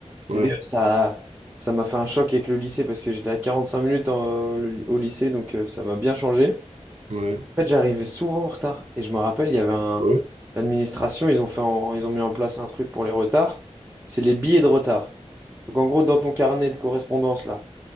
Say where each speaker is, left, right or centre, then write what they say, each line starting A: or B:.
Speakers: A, on the right (about 70°); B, on the right (about 15°).
A: ouais,
B: Et d'ailleurs, ça, ça m'a fait un choc avec le lycée parce que j'étais à 45 minutes en- le- au lycée, donc euh, ça m'a bien changé.
A: ouais,
B: En fait, j'arrivais souvent en retard. Et je me rappelle, il y avait un...
A: ouais,
B: L'administration, ils ont fait en- ils ont mis en place un truc pour les retards. C'est les billets de retard. Donc en gros, dans ton carnet de correspondance, là,